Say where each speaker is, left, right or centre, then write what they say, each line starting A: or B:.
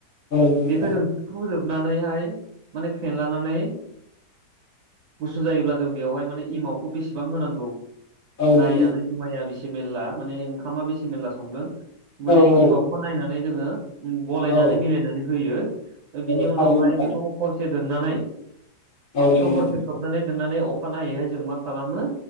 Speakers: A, on the left; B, on the right.
A: नोंथां
B: बेखौ जों सुखु जोबनानैहाय माने फेनलानानै गुसु जायोब्ला जों बेवहाय माने इमावखौ बेसेबां होनांगौ
A: औ
B: नायनानै
A: नंगौ
B: जुमाया बेसे मेरला माने ओंखामा बेसे मेरला संदों माने
A: नोंथां औ
B: इमावखौ नायनानै जोङो गलायनानै
A: औ
B: मिलायनानै होयो ओमफाय
A: औ
B: बिनि
A: थारैनो
B: उनावहाय
A: नोंथां
B: बेखौ हरसे दोननानै
A: औ
B: बेखौ
A: नोंथां
B: हरसे खोबनानै दोननानै अखा नायैहाय जों मा खालामो